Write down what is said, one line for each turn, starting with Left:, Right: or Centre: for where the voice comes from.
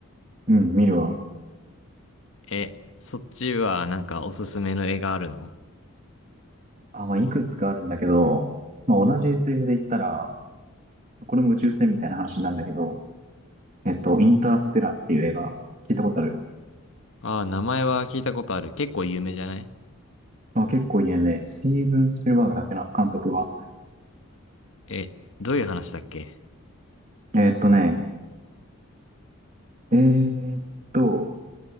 Right: うん、見るわ。
Left: え、そっちはなんかおすすめの絵があるの
Right: あ、まあ、いくつかあるんだけど、まあ、同じ SF で言ったら、これも宇宙船みたいな話なんだけど、えっと、インターステラーっていう映画、聞いたことある
Left: ああー、名前は聞いたことある。結構有名じゃない
Right: まあ、結構有名。スティーブン・スピルバーグだっけな、監督は。
Left: え、どういう話だっけ
Right: えっとね、えーっと、